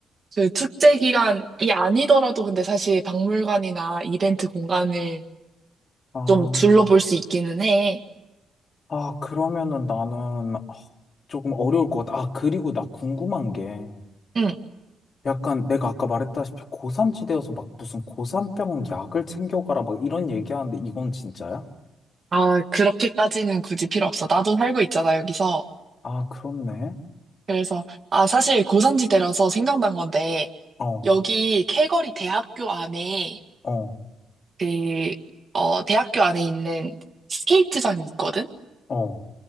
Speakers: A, on the right; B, on the left.
A: 그 축제 기간이 아니더라도 근데 사실 박물관이나 이벤트 공간을
B: 아,
A: 좀 둘러볼 수 있기는 해.
B: 아, 그러면은 나는 아, 조금 어려울 것 같아. 아, 그리고 나 궁금한 게
A: 응.
B: 약간 내가 아까 말했다시피 고산지대여서 막 무슨 고산병 약을 챙겨가라 막 이런 얘기하는데 이건 진짜야?
A: 아, 그렇게까지는 굳이 필요 없어. 나도 살고 있잖아, 여기서.
B: 아, 그렇네.
A: 그래서, 아, 사실 고산지대라서 생각난 건데,
B: 어.
A: 여기 calgary 대학교 안에,
B: 어,
A: 그, 어, 대학교 안에 있는 스케이트장이 있거든?
B: 어,